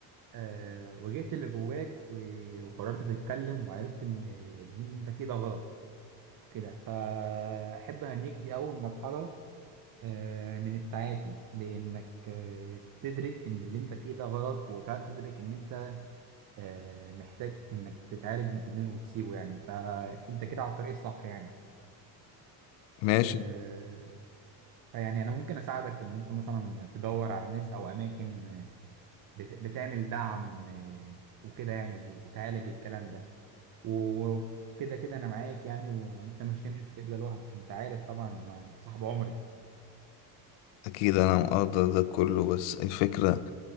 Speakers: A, on the right (about 50°); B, on the left (about 75°).
A: آه واجهت اللي جواك و- وقررت تتكلم وعرفت ان اللي انت فيه ده غلط وكده فاحب اهنيك دي اول مرحلة آه من التعافي بانك آه تدرك ان اللي انت فيه ده غلط وتدرك ان انت آه، محتاج انك تتعالج من الادمان وتسيبه يعني فانت كده على الطريق الصح يعني
B: ماشي
A: آه، فيعني انا ممكن اساعدك ان انت مثلا تدور على ناس او اماكن آه، بت- بتعمل دعم آه، وكده يعني وبتعالج الكلام ده وكده كده انا معاك يعني وانت مش هتمشي في الطريق ده لوحدك انت عارف طبعا انت صاحب عمري
B: أكيد أنا مقدر ده كله بس الفكرة